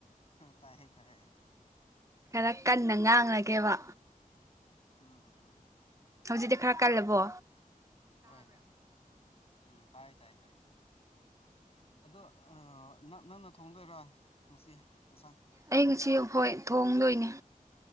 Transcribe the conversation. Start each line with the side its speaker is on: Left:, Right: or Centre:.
Left: ꯇꯥꯏꯌꯦ ꯇꯥꯏꯌꯦ
Right: ꯈꯔ ꯀꯟꯅ ꯉꯥꯡꯂꯒꯦꯕ
Left: ꯎꯝ ꯎꯝ
Right: ꯍꯧꯖꯤꯛꯗꯤ ꯈꯔ ꯀꯥꯜꯂꯕꯣ
Left: ꯍꯣꯏ ꯍꯣꯏ ꯎꯝ ꯇꯥꯏ ꯇꯥꯏ ꯇꯥꯏ ꯑꯗꯣ ꯅ ꯅꯪꯅ ꯊꯣꯡꯗꯣꯏꯔ ꯉꯁꯤ ꯌꯦꯟꯁꯥꯡ
Right: ꯑꯩ ꯉꯁꯤ ꯍꯣꯏ ꯊꯣꯡꯗꯣꯏꯅꯦ